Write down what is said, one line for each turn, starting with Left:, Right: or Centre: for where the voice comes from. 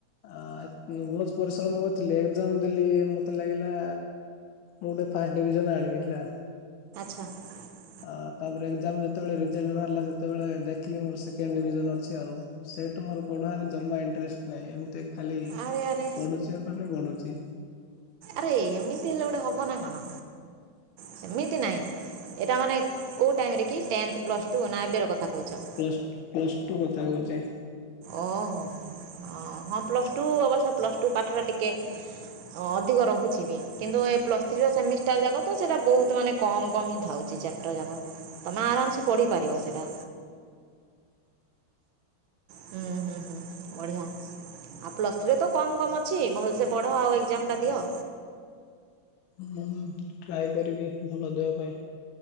Left: ଆ ବୋହୁତ ପରିଶ୍ରମ କରିଥିଲି ଏକ୍ଜାମ ଦେଲି ମତେ ଲାଗିଲା ମୁଁ ଗୋଟେ ଫାଷ୍ଟ ଡିଭିଜନ ଆଣିବି ହେଲା।
Right: <unintelligible>
Left: ଆଉ ତାପରେ ଏକ୍ଜାମ୍ ଯେତେବେଳେ ରେଜାଲ୍ଟ ବାହାରିଲା ସେତେବେଳେ ଦେଖିଲି ମୋର ସେକେଣ୍ଡ ଡିଭିଜନ ଅଛି ଆଉ। ସେଇଟୁ ମୋର ପଢାଆରେ ଜମା ଇଣ୍ଟେରେଷ୍ଟ୍ ନାହିଁ ଏମିତି ଖାଲି
Right: ଆରେ ଆରେ
Left: ପଢୁଚି ବଢୁଚି।
Right: ଆରେ ଏମିତି ହେଲେ ଗୋଟେ ହବ ନା କଣ ସେମିତି ନାହିଁ। ଏଟା ମାନେ କୋଉ ଟାଇମିରେ କି ଟେନ୍ଥେ ପ୍ଲସ ଟୁ ନା ଏବେ ରକଥା କୋହୁଚ।
Left: ପ୍ଲସ୍ ପ୍ଲସ୍ ଟୁ କଥା କୋହୁଚି।
Right: ଓ ହୋ ହୋ ହ ହଁ ପ୍ଲସ ଟୁ ଅବଶ୍ୟ ପ୍ଲସ ଟୁ ପାଠଟା ଟିକେ ଅ ଅଧିକ ରହୁଚି ବି କିନ୍ତୁ ଏ ପ୍ଲସ୍ ଥ୍ରୀର ସେମିଷ୍ଟାର ଯାକ ତ ସେଇଟା ବୋହୁତ ମାନେ କମ୍ କମ୍ ହିଁ ଥାଉଚି ଚାପ୍ଟର ଯାକ ତମେ ଆରାମସେ ପଢ଼ିପାରିବ ସେଇଟା। ହୁଁ ହୁଁ ହୁଁ ବଢ଼ିଆ। ଆଉ ପ୍ଲସ୍ ଥ୍ରୀରେ ତ କମ୍ କମ୍ ଅଛି ଭଲସେ ପଢ ଆଉ ଏକ୍ଜାମ ଟା ଦିଅ।
Left: ହୁଁ ଟ୍ରାଏ କରିବି ଭଲ ଦେବା ପାଇଁ।